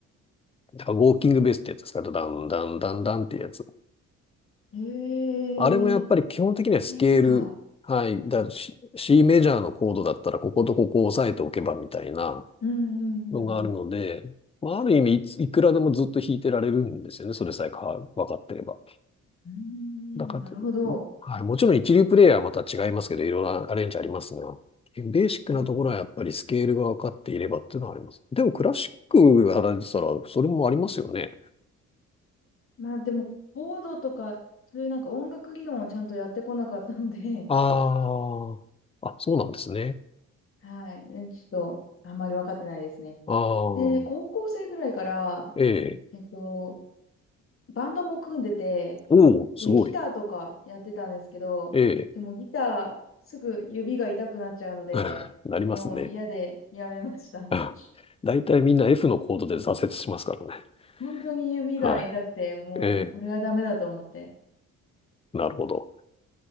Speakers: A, on the left; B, on the left.
A: だからウォーキングベースってやつですか、ダン、ダン、ダン、ダンっていうやつ。
B: へえ、
A: あれもやっぱり基本的にはスケール、
B: ですか。
A: はい、だ C、C メジャーのコードだったらこことここを押さえておけばみたいな
B: うんうんうんうん。
A: のがあるので、まあ、ある意味いつ、いくらでもずっと弾いてられるんですよね、それさえか分かってれば。
B: うーん、
A: だから、
B: なるほど。
A: はい、もちろん一流プレイヤーはまた違いますけど、いろいろアレンジありますが、ベーシックなところはやっぱりスケールが分かっていればっていうのはあります。
B: うん
A: でもクラシックやられてたら、それもありますよね。
B: まあでも、コードとか、そういうなんか音楽理論をちゃんとやってこなかったので、
A: ああ、あ、そうなんですね。
B: <laughs> はい、ねちょっと、あんまり分かってないですね。
A: ああ、
B: で、高校生ぐらいから、
A: ええ。
B: えっと、バンドも組んでて、
A: おお、すごい。
B: で、ギターとかやってたんですけど、
A: ええ。
B: でもギター、すぐ指が痛くなっちゃうので、
A: <laughs> なりますね。
B: もう嫌でやめました。
A: <laughs> あ大体みんな
B: <laughs>
A: F のコードで挫折しますからね。
B: 本当に指が痛くて、
A: は
B: もうこれはダメだと思って。
A: い。ええ、なるほど。